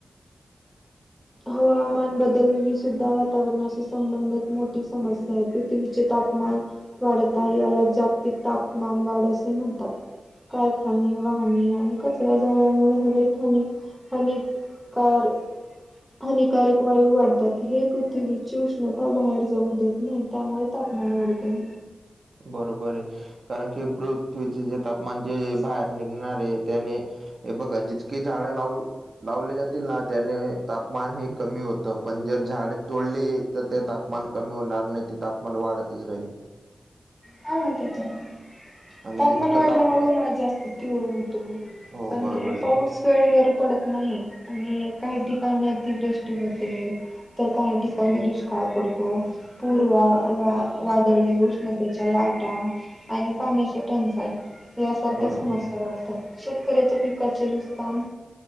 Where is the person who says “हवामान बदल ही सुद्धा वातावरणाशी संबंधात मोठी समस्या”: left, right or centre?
Centre